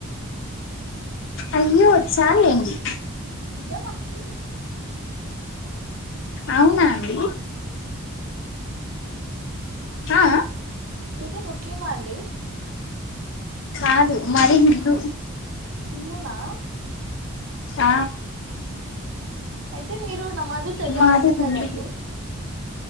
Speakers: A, on the left; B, on the right.
A: అయ్యో చాల్లే అండి
B: నిజమా అండి
A: అవునా అండి అఆ
B: మీది ముస్లిమా అండి
A: కాదు మరి హదు
B: కిందునా
A: ఆ
B: అయితే మీరు నమాజు చదివారంట
A: మాది హిందీ
B: కదండి